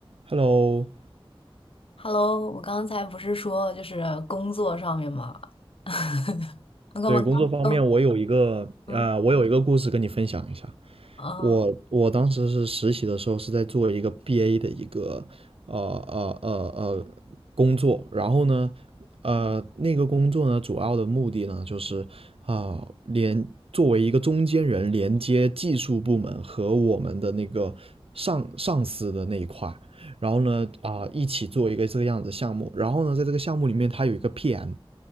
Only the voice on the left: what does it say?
Hello，我刚才不是说就是工作上面嘛，<laughs> 我刚刚刚嗯
嗯
嗯